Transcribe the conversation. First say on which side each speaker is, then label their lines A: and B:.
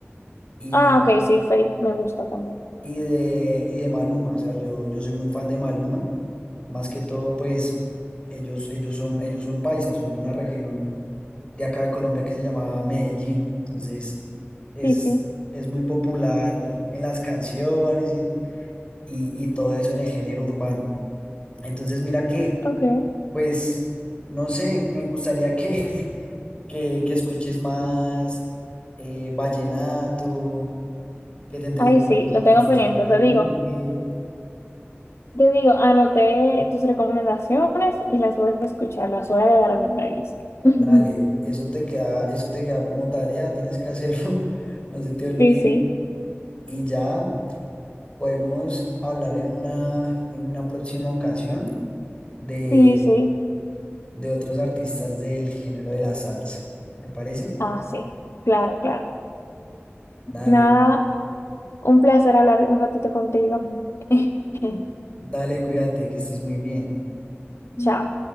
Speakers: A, on the left; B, on the left.
A: y,
B: Ah, ok, sí, Fate me gusta también.
A: y, de, y de Maluma, o sea, yo, yo soy muy fan de Maluma, más que todo pues ellos, ellos son, ellos son paisas, son de una región de acá de Colombia que se llamaba Medellín. Entonces es,
B: Sí, sí,
A: es muy popular en las canciones y, y, y todo eso en el género urbano. Entonces mira que,
B: ok.
A: pues, no sé, me gustaría que, <laughs> que, que escuches más eh, vallenato, que te enteres
B: Ahí
A: más
B: sí,
A: de los
B: lo
A: artistas
B: tengo pendiente,
A: que te
B: te
A: dije.
B: digo. Yo digo, anoté tus recomendaciones y las voy a escuchar, las voy a agregar a mi playlist. <laughs>
A: Dale, eso te queda, eso te queda como tarea, tienes que hacerlo, <laughs> no se te olvide.
B: Sí, sí,
A: Y ya. Podemos hablar en una, en una próxima ocasión de,
B: sí, sí.
A: de otros artistas del género de la salsa. ¿Te parece?
B: Ah, sí, claro, claro.
A: Dale,
B: Nada, un placer hablar un ratito contigo. <laughs>
A: dale, cuídate, que estés muy bien.
B: Chao.